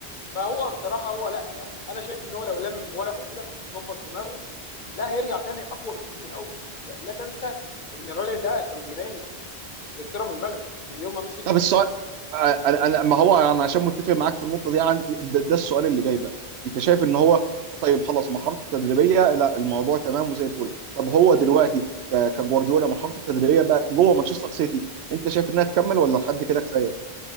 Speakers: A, on the left; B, on the right.
A: فهو بصراحه هو لا يعني انا شايف ان هو لو لم ورقه كده وظبط دماغه لا هيرجع تاني اقوى بكتير من الاول لا, لا تنسى ان الراجل ده كان بينام انجلترا من المغرب من يوم ما مسك
B: طب السؤال آه، انا انا ما هو انا عشان متفق معاك في النقطه دي عن ده, ده السؤال اللي جاي بقى انت شايف ان هو طيب خلاص مرحلته التدريبيه لا الموضوع تمام وزي الفل طب هو دلوقتي ك- كجوارديولا مرحلته التدريبيه بقى جوه مانشستر سيتي انت شايف انها تكمل ولا لحد كده كفايه